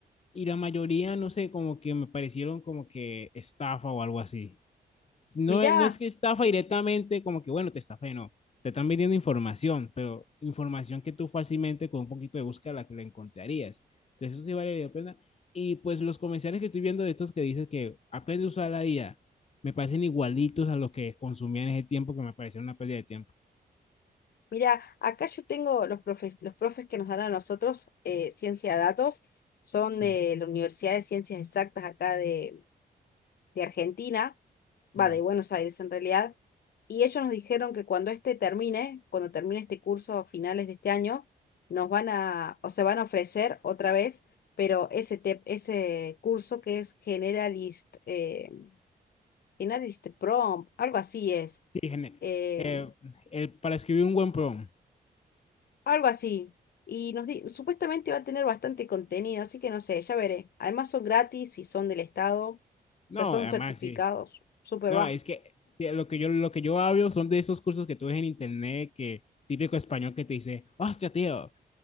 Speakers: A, on the left; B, on the left.
A: Y la mayoría, no sé, como que me parecieron como que estafa o algo así. no,
B: Mirá,
A: es- no es que estafa directamente, como que bueno, te estafé, no. Te están vendiendo información, pero información que tú fácilmente con un poquito de búsqueda la que la encontrarías. Entonces, eso sí vale la pena. Y pues los comerciales que estoy viendo de estos que dices que aprende a usar la IA, me parecen igualitos a los que consumía en ese tiempo que me parecieron una pérdida de tiempo.
B: mirá, acá yo tengo los profes, los profes que nos dan a nosotros eh, ciencia de datos, son
A: Sí,
B: de la Universidad de Ciencias Exactas acá de de Argentina
A: ya.
B: va de Buenos Aires en realidad, y ellos nos dijeron que cuando este termine, cuando termine este curso a finales de este año, nos van a, o se van a ofrecer otra vez, pero ese, te- ese curso que es Generalist, eh, Generalist Prompt, algo así es,
A: Sí, gene-
B: eh,
A: eh, el, para escribir un buen prompt.
B: algo así. Y nos di- supuestamente va a tener bastante contenido, así que no sé, ya veré. Además son gratis y son del Estado, o
A: No,
B: sea, son
A: además,
B: certificados,
A: sí.
B: súper
A: No,
B: va.
A: es que sí, lo que yo, lo que yo hablo son de esos cursos que tú ves en internet, que típico español que te dice, hostia, tío,